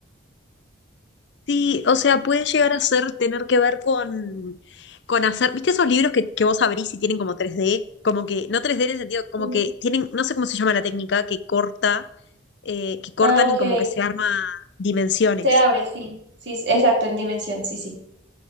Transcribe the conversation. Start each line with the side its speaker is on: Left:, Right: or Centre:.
Left: Sí, o sea, puede llegar a ser tener que ver con, con hacer, ¿viste esos libros que, que vos abrís y tienen como tres d Como que, no tres d en el sentido, como
Right: Ujú.
Left: que tienen, no sé cómo se llama la técnica, que corta, eh, que cortan
Right: Ah, ok.
Left: y como que se arma dimensiones.
Right: Se abre, sí. Sí, s- exacto, en dimensión, sí, sí.